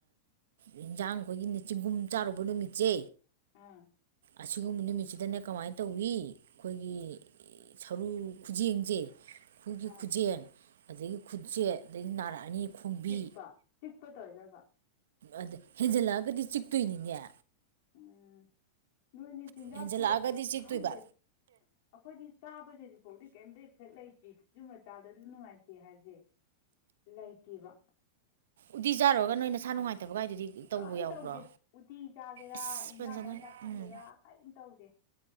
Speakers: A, on the right; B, on the left.
A: ꯌꯦꯟꯖꯥꯡ ꯑꯩꯈꯣꯏꯒꯤ ꯆꯤꯡꯒꯨꯝ ꯆꯥꯔꯨꯄ ꯅꯨꯃꯤꯠꯁꯦ
B: ꯑꯝ
A: ꯑꯁꯤꯒꯨꯝꯕ ꯅꯨꯃꯤꯠꯁꯤꯗꯅꯦ ꯀꯃꯥꯏꯅ ꯇꯧꯋꯤ ꯑꯩꯈꯣꯏꯒꯤ ꯁꯔꯨ ꯈꯨꯖꯦꯡꯁꯦ ꯈꯨꯠꯒꯤ
B: ꯑꯥ
A: ꯈꯨꯖꯦꯟ ꯑꯗꯒꯤ ꯈꯨꯆꯦꯛ ꯑꯗꯒꯤ ꯅꯥꯔꯛꯑꯅꯤ ꯈꯣꯡꯕꯤ
B: ꯆꯤꯛꯄ ꯆꯤꯛꯄ ꯇꯧꯔꯤꯔꯕ
A: ꯑꯗ ꯍꯦꯟꯖꯜꯂꯛꯑꯒꯗꯤ ꯆꯤꯛꯇꯣꯏꯅꯤꯅꯦ
B: ꯎꯝ ꯅꯣꯏꯗꯤ ꯆꯤꯟꯖꯥꯛꯁꯦ
A: ꯍꯦꯟꯖꯜꯂꯛꯑꯒꯗꯤ ꯆꯤꯛꯇꯣꯏꯕ
B: ꯈꯪꯗꯦ ꯑꯩꯈꯣꯏꯗꯤ ꯆꯥꯕꯁꯤꯗꯤꯐꯥꯎꯗꯤ ꯀꯔꯤꯝꯇ ꯍꯦꯛ ꯂꯩꯇ꯭ꯔꯤ ꯑꯗꯨꯃ ꯆꯥꯕꯗ ꯑꯗꯨ ꯅꯨꯡꯉꯥꯏꯇꯦ ꯍꯥꯏꯕꯁꯦ ꯂꯩꯇꯦꯕ
A: ꯎꯗꯤ ꯆꯥꯔꯨꯔꯒ ꯅꯣꯏ ꯅꯁꯥꯥ ꯅꯨꯡꯉꯥꯏꯇꯕꯒꯥꯏꯗꯨꯗꯤ ꯇꯧꯕ
B: ꯀꯔꯤꯝ
A: ꯌꯥꯎꯕ꯭ꯔꯣ
B: ꯇꯧꯗꯦ ꯎꯇꯤ ꯆꯥꯒꯦꯔꯥ
A: ꯑꯁ
B: ꯏꯟꯖꯥꯡ
A: ꯄꯟꯖꯅ
B: ꯃꯌꯥꯝ ꯆꯥꯥꯁꯟꯒꯦꯔꯥ
A: ꯎꯝ
B: ꯀꯔꯤꯝ ꯇꯧꯗꯦ